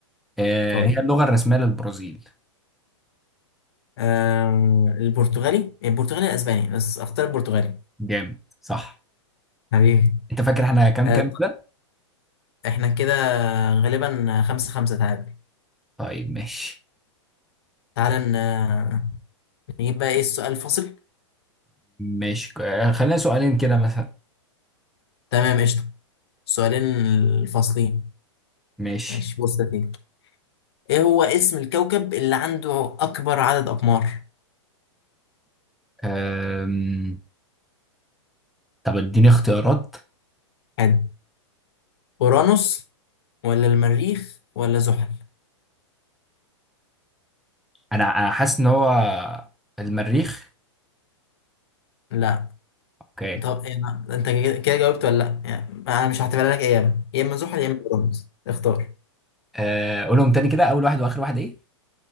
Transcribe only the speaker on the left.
اتفضل
آم، البرتغالي البرتغالي الأسباني بس أختار البرتغالي
حبيبي
آه،
احنا كده غالبا خمسة خمسة تعادل
تعالى ن- نجيب بقى ايه السؤال الفاصل
تمام قشطة السؤالين الفاصلين
ماشي بص يا سيدي ايه هو اسم الكوكب اللي عنده اكبر عدد اقمار
حلو اورانوس ولا المريخ ولا زحل
لا
طب إيه أنا- انت كده كده جاوبت ولا لا يعني انا مش هعتبرها لك اجابة يا اما زحل يا اما اورانوس اختار